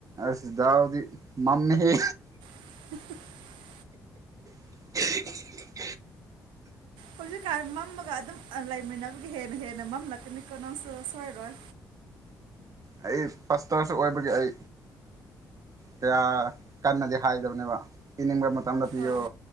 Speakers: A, on the right; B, on the right.
A: ꯑꯁꯗꯥꯎꯗꯤ ꯃꯝꯃꯦꯍꯦ
B: <unintelligible>
A: <unintelligible>
B: ꯍꯧꯖꯤꯛꯀꯥꯟ ꯃꯝꯃꯒ ꯑꯗꯨꯝ ꯂꯩꯃꯤꯟꯅꯕꯒꯤ ꯍꯦꯟꯅ ꯍꯦꯟꯅ ꯃꯝꯂꯛꯀꯅꯤ ꯀꯅꯥꯝ ꯁꯣꯁꯣꯏ ꯔꯣꯏ
A: ꯑꯩ ꯄꯥꯁꯇꯔꯁꯨ ꯑꯣꯏꯕꯒꯤ ꯑꯩ ꯀꯌꯥ ꯀꯟꯅꯗꯤ ꯍꯥꯏꯗꯕꯅꯦꯕ ꯄꯤꯅꯤꯡꯕ ꯃꯇꯝ ꯇꯝꯅ ꯄꯤꯌꯣ
B: ꯑꯥ